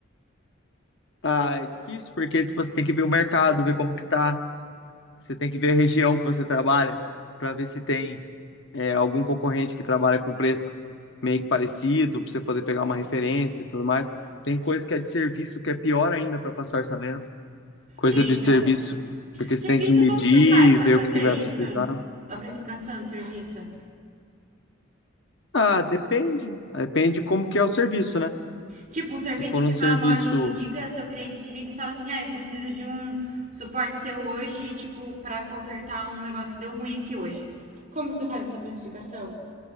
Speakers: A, on the left; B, on the right.
A: Ah, é difícil porque tipo, você tem que ver o mercado, ver como que tá, você tem que ver a região que você trabalha pra ver se tem é, algum concorrente que trabalha com preço meio que parecido, para você poder pegar uma referência e tudo mais. Tem coisa que é de serviço, que é pior ainda para passar orçamento. Coisa
B: É,
A: de
B: então.
A: serviço, porque
B: Serviço,
A: você tem que medir,
B: como que você faz pra
A: ver
B: fazer
A: o que vai
B: isso?
A: precisar.
B: A precificação de serviço.
A: Ah, depende. Depende de como que é o serviço, né?
B: Tipo, um serviço
A: Se for
B: que
A: um serviço,
B: uma loja te liga, seu cliente te liga e fala assim: Ah, eu preciso de um suporte seu hoje, tipo, pra consertar um negócio que deu ruim aqui hoje. Como você faz essa precificação?